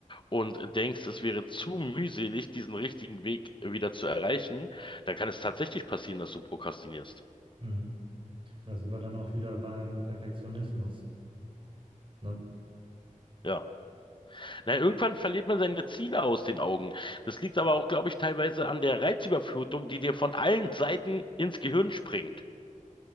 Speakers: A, on the left; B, on the right.
A: und denkst, es wäre zu mühselig, diesen richtigen Weg wieder zu erreichen, dann kann es tatsächlich passieren, dass du prokrastinierst.
B: Mhm. Und da sind wir dann auch wieder beim Perfektionismus. Ne?
A: Ja. Na, irgendwann verliert man seine Ziele aus den Augen. Das liegt aber auch, glaube ich, teilweise an der Reizüberflutung, die dir von allen Seiten ins Gehirn springt.